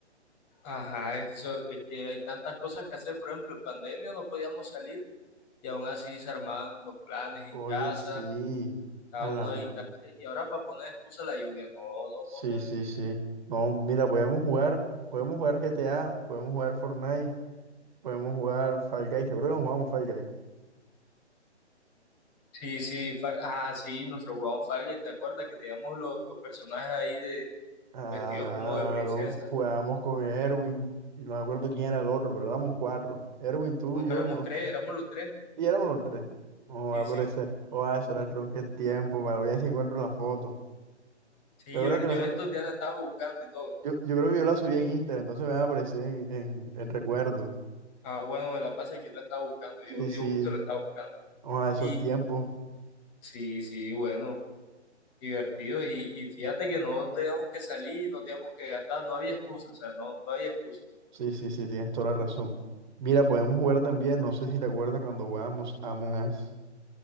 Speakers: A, on the left (about 25°); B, on the right (about 40°).
A: Ajá, es que, eso, es que hay tantas cosas que hacer. Por ejemplo, en pandemia no podíamos salir y aún así se armaban los planes en
B: Oye,
A: casa,
B: sí.
A: cada
B: Hablando.
A: uno a distancia. Y ahora para poner excusa la lluvia, no, no,
B: Sí,
A: no, no.
B: sí,
A: no.
B: sí. No, mira, podemos jugar, podemos jugar GTA, podemos jugar Fortnite, podemos jugar Fall Guys. ¿Te acuerdas que jugamos Fall Guys?
A: Sí, sí, Fa- ah, sí, nosotros jugamos Falga, ¿te acuerdas que teníamos los, los personajes ahí de
B: Claro,
A: vestidos como de princesa?
B: jugábamos con Erwin, y no me acuerdo quién era el otro, pero éramos cuatro. Erwin, tú,
A: No,
B: yo
A: éramos
B: y yo.
A: tres, éramos los tres.
B: Y éramos los tres. Oh,
A: Sí,
B: ah,
A: sí.
B: pero ese, oh, ah, eso era tronque tiempo, vale, voy a ver si encuentro la foto.
A: Sí,
B: ¿Te acuerdas
A: yo,
B: que
A: yo
B: nosotros,
A: en estos días la estaba buscando y todo.
B: yo, yo creo que yo la subí en Instagram, entonces me va a aparecer en, en, en recuerdo.
A: Ah, bueno, me la pasa que yo la estaba buscando.
B: Sí,
A: Yo,
B: sí,
A: yo justo la estaba buscando.
B: oh, ah, esos
A: Y
B: tiempos.
A: sí, sí, bueno, divertido. Y, y fíjate que no teníamos que salir, no teníamos que gastar, no había excusa, o sea, no, no había excusa.
B: Sí, sí, sí, tienes toda la razón. Mira, podemos jugar también, no sé si te acuerdas cuando jugábamos Among Us,